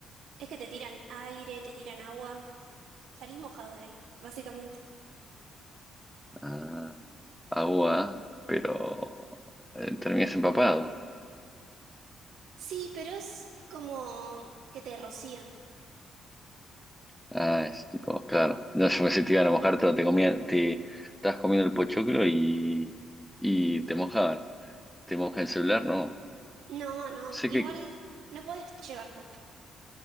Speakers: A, on the right; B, in the centre.
A: es que te tiran aire, te tiran agua. Salís mojado de ahí, básicamente.
B: Ah, agua, pero eh, terminas empapado.
A: Sí, pero es como que te rocían.
B: Ah, es tipo, claro. No, yo pensé que te iban a mojar, pero te comía, te estabas comiendo el pochoclo y, y te mojaban. Te moja el celular, no.
A: No, no,
B: Sé
A: igual
B: que.
A: no podés llevar pop.